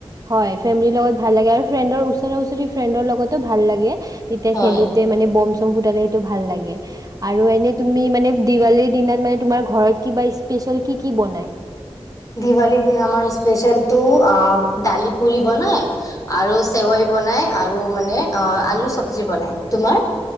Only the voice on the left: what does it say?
হয়
দিৱালীৰ দিনা আমাৰ স্পেল টো দালি পুৰি বনাই আৰু চেৱেই বনাই আৰু মানে আলু চবজি বনাই তোমাৰ